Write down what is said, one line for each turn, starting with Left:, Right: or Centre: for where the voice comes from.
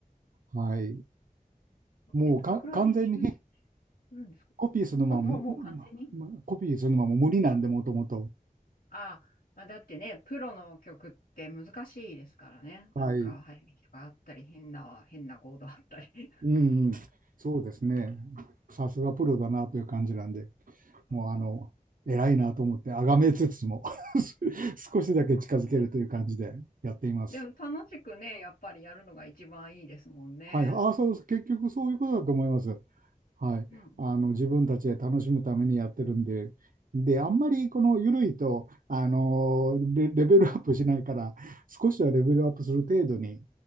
Right: はい、もうか完全にね
Left: え、どれくらい練習するんですか
Right: コピーするのはも
Left: あ、もう、もう完全に
Right: うコピーするのはもう無理なんで、もともと。
Left: ああまあ、だってね、プロの曲って難しいですからね。
Right: はい、
Left: なんか、早弾きとかあったり、変な、変なコードあったり。
Right: うんうん、そうですね。さすがプロだなという感じなんで。
Left: <laughs>
Right: もうあの、
Left: うん
Right: 偉いなと思って、あがめつつも <laughs> 少しだけ近づけるという感じでやっています。
Left: でも楽しくね、やっぱりやるのが一番いいですもんね。
Right: はい。ああ、そう結局そういうことだと思います。はい。
Left: うんうん。
Right: あの、自分たちで楽しむためにやってるんで、で、あんまりこの緩いと、あのレ、レベルアップしないから、少しはレベルアップする程度に、